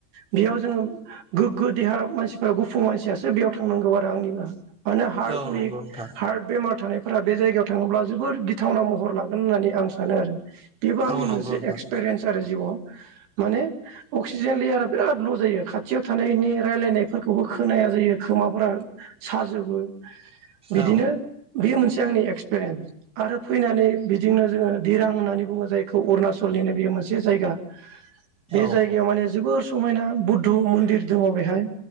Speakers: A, on the right; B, in the centre.
A: बेयाव जोङो गोग्गो देहा मानसिफ्रा गुफुं मानसियासो बेयाव थांनांगौ आरो आंनिबो माने हार्ट
B: औ
A: विक
B: नंगौ नोंथां
A: हार्ट बेमार थानायफोरा बे जायगायाव थाङोब्ला जोबोर गिथावना महर लागोन होननानै आं सानो आरो बेबो आंनि
B: औ नंगौ
A: मोनसे
B: नोंथां
A: एक्सपेरयेन्स आरो जिवाव माने अक्सिजेन लेयारा बिरात ल जायो खाथियाव थानायनि रायलायनाय बेबो खोनाया जायो खोमाफोरा साजोबो। बिदिनो
B: औ
A: बे मोनसे। आंनि एक्सपिरियेन्स आरो फैनानै बिदिनो जोङो दिरां होननानै बुङो जायखौ अरुणाचलनिनो बियो मोनसे जायगा। बे
B: औ
A: जायगायाव माने जोबोर स समायना बुद्ध मन्दिर दङ बेहाय।